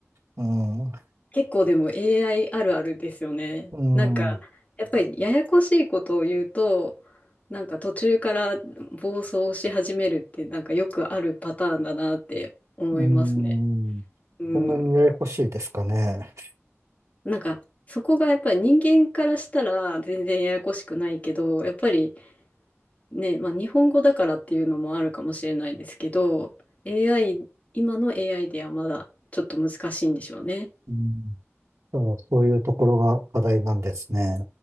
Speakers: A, on the right; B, on the left.
A: うん、
B: 結構でも AI あるあるですよね。
A: うん、
B: なんか、やっぱりややこしいことを言うと、なんか途中から暴走し始めるってなんかよくあるパターンだなって思いますね。
A: うん。
B: うん。
A: こんなにややこしいですかね。
B: なんか、そこがやっぱり人間からしたら全然ややこしくないけど、やっぱりね、まあ日本語だからっていうのもあるかもしれないですけど、AI、今の AI ではまだちょっと難しいんでしょうね。
A: うんそうそういうところが課題なんですね。